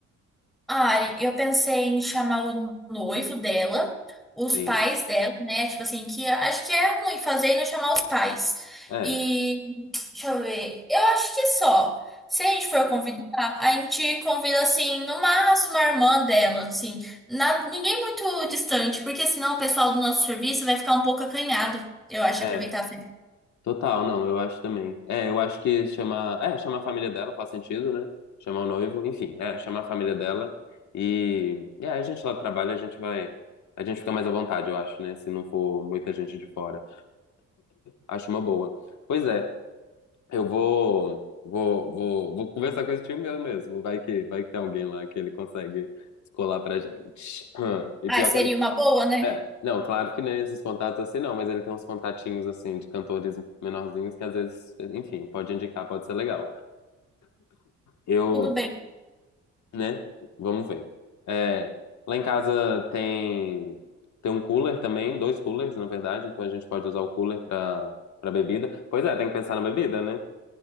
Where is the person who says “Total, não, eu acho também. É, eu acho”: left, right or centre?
Left